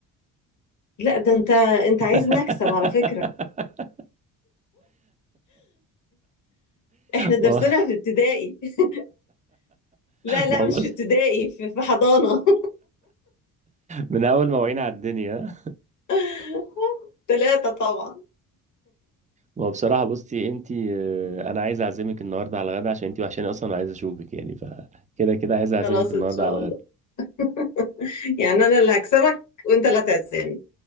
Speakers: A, on the left (about 40°); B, on the right (about 15°).
A: لا ده أنت أنت
B: <laughs>
A: عايز نكسب على فكرة إحنا درسنا
B: ما
A: في ابتدائي <laughs> لا
B: ما
A: لا
B: هو
A: مش
B: بص
A: في ابتدائي في في حضانة
B: من اول ما وعينا على الدنيا
A: <laughs> ثلاثة طبعا
B: ما هو بصراحة بصي انت انا عايز اعزمك النهارده على الغدا عشان انت وحشاني اصلا وعايز اشوفك يعني فكده كده عايز اعزمك
A: خلاص
B: النهارده
A: إن شاء
B: على
A: الله
B: الغدا
A: <laughs> يعني أنا اللي هكسبك وأنت اللي هتعزمني